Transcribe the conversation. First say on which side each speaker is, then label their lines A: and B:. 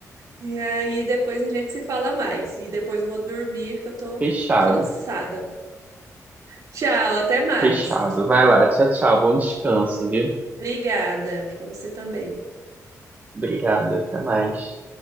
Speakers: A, on the right; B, on the right.
A: E aí depois a gente se fala mais. E depois eu vou dormir porque eu tô
B: Fechado.
A: cansada. Tchau, até mais.
B: Fechado. Vai lá. Tchau, tchau. Bom descanso, viu?
A: Obrigada. Pra você também.
B: Obrigada. Até mais.